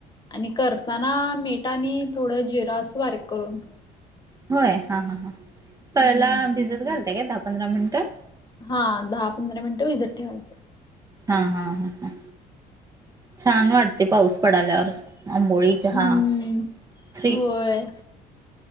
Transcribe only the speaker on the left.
आणि करताना मीठ आणि थोडं जिरं अस बारीक करून
हम्म
हा दहा पंधरा मिनिटं भिजत ठेवायचं
हम्म
होय